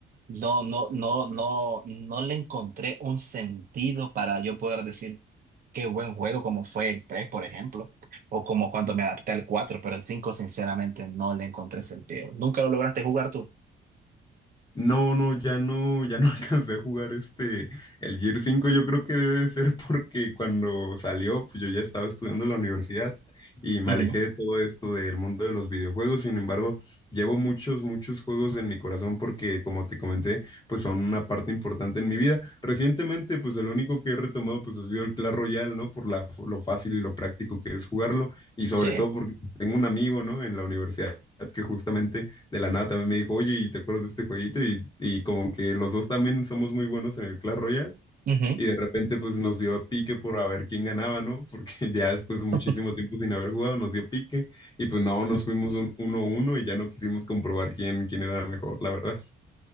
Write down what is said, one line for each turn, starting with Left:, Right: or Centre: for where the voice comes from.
Right: No, no, no, no, no le encontré un sentido para yo poder decir qué buen juego como fue el 3, por ejemplo, o como cuando me adapté al 4. pero el 5, sinceramente no le encontré sentido. ¿Nunca lo lograste jugar tú?
Left: No, no, ya no, ya no <laughs> alcancé a jugar este, el Gear cinco Yo creo que debe de ser porque cuando salió, pues yo ya estaba estudiando en la universidad y me
Right: Ujú,
Left: alejé de todo esto del mundo de los videojuegos. Sin embargo, llevo muchos, muchos juegos en mi corazón porque, como te comenté, pues son una parte importante en mi vida. Recientemente, pues el único que he retomado, pues ha sido el Clash Royale, ¿no? Por la, lo fácil y lo práctico que es jugarlo y sobre
Right: Sí.
Left: todo porque pues, tengo un amigo, ¿no? En la universidad que justamente de la nada también me dijo, oye, ¿y te acuerdas de este jueguito? Y, y como que los dos también somos muy buenos en el Clash Royale.
Right: Ujú.
Left: Y de repente pues nos dio pique por a ver quién ganaba, ¿no? Porque <laughs> ya después de muchísimo
Right: <laughs>
Left: tiempo sin haber jugado nos dio pique y pues no, nos fuimos un 1 uno y ya no quisimos comprobar quién, quién era mejor, la verdad.